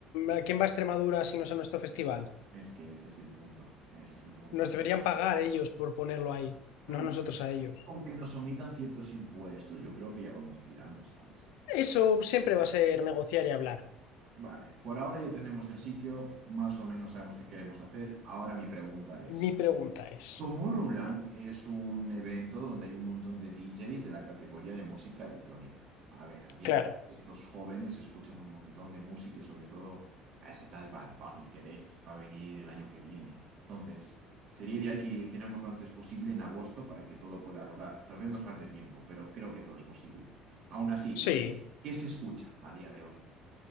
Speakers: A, on the left; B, on the right.
A: ¿a quién va a Extremadura si no es a nuestro festival?
B: Es que ese es el punto, ese es el punto.
A: Nos deberían pagar ellos por ponerlo ahí,
B: Bueno,
A: no nosotros a ellos.
B: aunque nos omitan ciertos impuestos, yo creo que ya vamos tirando, ¿sabes?
A: Eso siempre va a ser negociar y hablar.
B: Vale, por ahora ya tenemos el sitio, más o menos sabemos qué queremos hacer. Ahora mi pregunta es...
A: Mi pregunta es,
B: Tomorrowland es un evento donde hay un montón de DJs de la categoría de música electrónica. A ver, a día
A: claro,
B: de hoy estos jóvenes escuchan un montón de música y sobre todo a ese tal Bad Bunny, que de hecho va a venir el año que viene. Entonces, sería ideal que hiciéramos lo antes posible en agosto para que todo pueda rodar. Tal vez nos falte tiempo, pero creo que todo es posible. Aún así,
A: sí.
B: ¿qué se escucha a día de hoy?